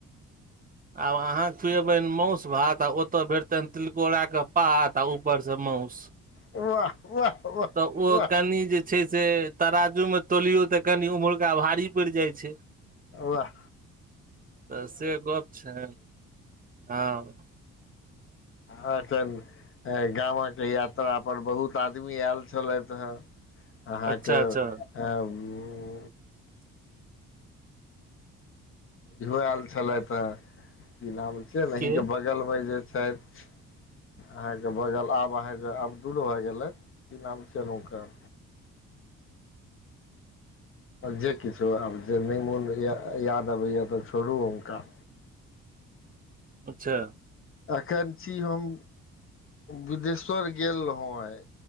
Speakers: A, on the right; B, on the left.
A: आब अहाँ खुएबनि मासु भात आ ओतय भेटतनि तिलकोराके पथा ऊपर से मउस
B: वाह वाह वाह
A: तऽ आ
B: वाह
A: कनि जे छै से तराजो मे तोलियो तऽ कनि उमहुरका भारी। जाई छै
B: वाह
A: तऽ से गप छै। ह
B: आ तऽ गाम के यात्रा पर बहुत आदमी आयल छलथि ह अहाँकेँ
A: अच्छा अच्छा
B: इहो आयल छलथि ह कि नाम छिय नेहीके
A: के
B: बगलमे जे छथि। अहाँकेँ बगल आब अहाँकेँ आब दूर भए गेलथि की नाम चलू क। ज किछो आब जे नहि मूल्य याद अबैए तऽ छोड़ू हुनका।
A: अच्छा
B: अखन छी हम बिदेश्वर गेल रहौ आइ।